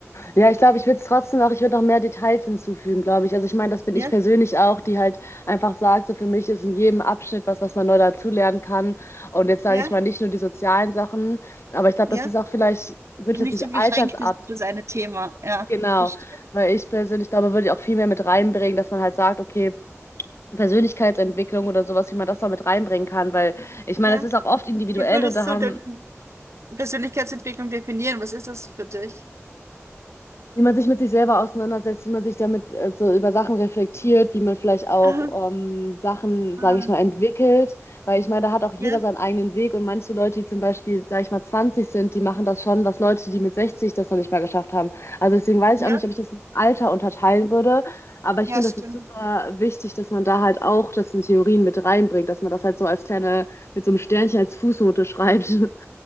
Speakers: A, on the left; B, on the right.
A: Ja, ich glaube, ich würde es trotzdem noch, ich würde noch mehr Details hinzufügen, glaube ich. Also ich meine, das bin
B: Ja,
A: ich persönlich auch, die halt einfach sagt, so für mich ist in jedem Abschnitt was, was man neu dazulernen kann. Und jetzt sage
B: ja.
A: ich mal nicht nur die sozialen Sachen, aber ich glaube,
B: Ja,
A: das ist auch vielleicht, würde
B: nicht
A: ich das nicht
B: so beschränkt
A: altersab,
B: ist auf das eine Thema. Ja,
A: genau,
B: verstehe.
A: weil ich persönlich glaube, würde ich auch viel mehr mit reinbringen, dass man halt sagt, okay, Persönlichkeitsentwicklung oder sowas, wie man das noch mit reinbringen kann, weil ich meine,
B: Ja,
A: das ist auch oft individuell
B: wie würdest
A: und da haben
B: du denn Persönlichkeitsentwicklung definieren? Was ist das für dich?
A: Wie man sich mit sich selber auseinandersetzt, wie man sich damit äh, so über Sachen reflektiert, wie man vielleicht auch
B: <laughs>
A: ähm, Sachen,
B: Ah,
A: sage
B: ah,
A: ich mal, entwickelt. Weil ich meine, da hat auch jeder
B: Ja,
A: seinen eigenen Weg und manche Leute, die zum Beispiel, sage ich mal, 20 sind, die machen das schon, was Leute, die mit 60 das noch nicht mal geschafft haben. Also deswegen weiß
B: ja,
A: ich auch nicht, ob ich das im Alter unterteilen würde. Aber ich
B: ja,
A: finde,
B: stimmt.
A: das ist super wichtig, dass man da halt auch das in Theorien mit reinbringt, dass man das halt so als kleine, mit so einem Sternchen als Fußnote schreibt. <laughs>